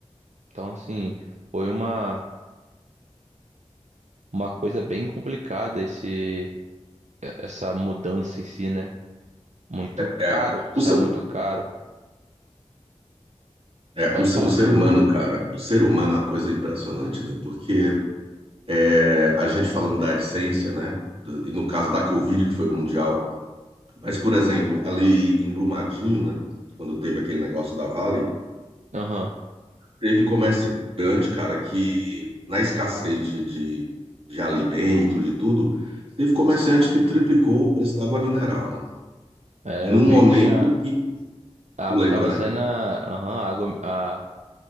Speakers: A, on the right; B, on the right.
A: Então, assim, foi uma uma coisa bem complicada esse essa mudança em si, né? Muito
B: É,
A: caro, saiu
B: o, ser-
A: muito caro.
B: é,
A: Pode
B: o, ser-
A: falar.
B: o ser humano, cara, o ser humano é uma coisa impressionante, né? Porque é, a gente falando da essência, né? Do- E no caso da Covid, que foi mundial. Mas, por exemplo, ali em Brumadinho, né? Quando teve aquele negócio da Vale,
A: Aham.
B: teve comerciante, cara, que na escassez de, de, de alimento, de tudo, teve comerciante que triplicou o preço da água mineral, né?
A: É,
B: Num
A: eu vi
B: momento
A: que tinha
B: que,
A: a
B: tu
A: água
B: lembra,
A: tava
B: né?
A: saindo, a- aham, a água, a